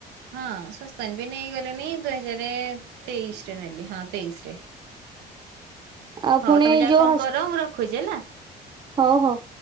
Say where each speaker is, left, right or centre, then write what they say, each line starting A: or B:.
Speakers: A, on the right; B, on the right.
A: ହଁ ସସ୍ସ୍ତାନ ବି ନେଇଗଲେଣି ଦୁଇ ହଜାର ତେଇଶରେ ନେଲି ହଁ ତେଇଶ ରେ
B: ଆଉ
A: ହଉ
B: ପୁଣି
A: ତମେ ଯାହା
B: ଯୋଉ
A: କଣ
B: ହସ୍
A: କର ମୁଁ ରଖୁଛି ହେଲା
B: ହଉ ହଉ।